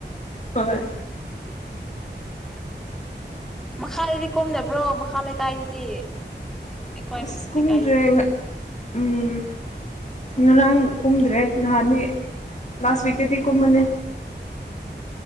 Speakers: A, on the left; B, in the centre.
A: ꯍꯣꯏ
B: ꯃꯈꯥꯗꯗꯤ ꯀꯨꯝꯕ꯭ꯔꯣ ꯃꯈꯥ ꯂꯩꯀꯥꯏꯗꯗꯤ ꯑꯦ ꯀꯣꯏ
A: ꯑꯁ ꯀꯨꯝꯗ꯭ꯔꯦ
B: ꯂꯩꯀꯥꯏꯗꯇ
A: ꯎꯝ ꯉꯔꯥꯡ ꯀꯨꯝꯗ꯭ꯔꯦ ꯅꯍꯥꯟꯅꯤ ꯂꯥꯁ ꯋꯤꯛꯛꯇꯗꯤ ꯀꯨꯝꯃꯅꯤ